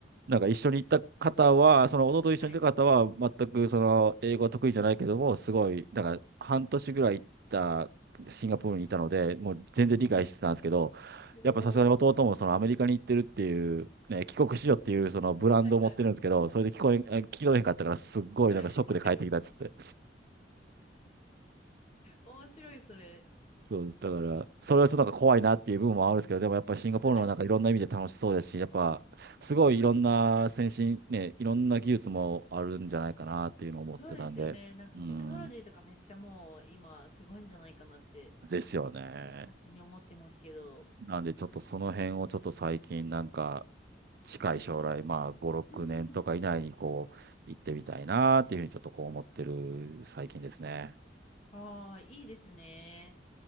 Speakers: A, on the right; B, on the left.
A: なんか一緒に行った方は、その弟と一緒に行った方は、
B: はい。
A: 全くその英語は得意じゃないけども、すごい、なんか半年ぐらい行ったシンガポールにいたので、
B: うん、
A: もう全然理解してたんですけど、
B: うん、うん。おー、
A: やっぱさすがに弟もそのアメリカに行ってるっていう、ね、帰国子女っていうそのブランドを持ってるんですけど、
B: はいはい。
A: それで聞こえん、え聞き取れへんかったから、すっごいなんかショックで帰ってきたっつって。
B: <laughs> 面白い、それ。
A: そうです。だから、それはちょっとなんか怖いなっていう部分もあるんですけど、でもやっぱシンガポールのなんかいろんな意味で楽しそうですし、
B: はい。
A: やっぱすごいいろんな先進、
B: そうですね。
A: ね、いろんな技術もあるんじゃないかなっていうのを思ってたんで、
B: そうですよね。なんかテクノロジーとかめっちゃもう今すごいんじゃないかなって
A: うん、ですよね。
B: 勝手に思ってますけど。
A: なんでちょっとその辺をちょっと最近なんか近い将来、まあ5、6年とか以内にこう行ってみたいなっていうふうにちょっとこう思ってる最近ですね。
B: うんうん。ああ、いいですね。